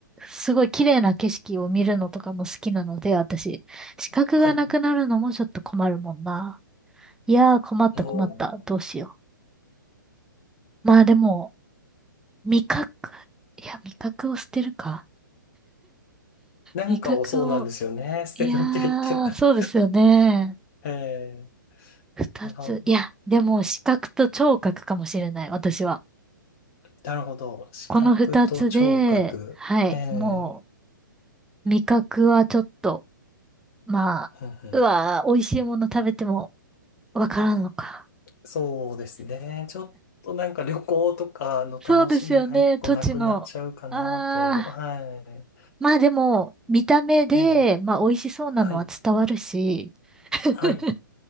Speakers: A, in the centre; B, on the left.
A: すごい綺麗な景色を見るのとかも好きなので、私、視覚がなくなるのもちょっと困るもんな。
B: はい。
A: いやー困った困った。
B: うん、
A: どうしよう。まあでも、味覚、いや、味覚を捨てるか。
B: なんかをそうなんですよね。
A: 味覚を
B: <laughs> 捨てなきゃいけない。
A: いやー、そうですよね。
B: ええ、
A: 二つ。
B: なんか、
A: いや、でも視覚と聴覚かもしれない、私は。
B: なるほど。視覚と聴覚。
A: この二つで、はい、
B: ええ、
A: もう、味覚はちょっと、まあ、
B: ふんふん
A: うわー、美味しいもの食べてもわからんのか。
B: そうですね。ちょっとなんか旅行とかの楽しみが一個なくなっちゃうかなと。
A: そうですよね、土地の。あ
B: はい。
A: ー、まあでも、見た目で、
B: ええ、
A: まあ美味しそうなのは伝わるし、
B: はい、
A: <laughs>
B: はい。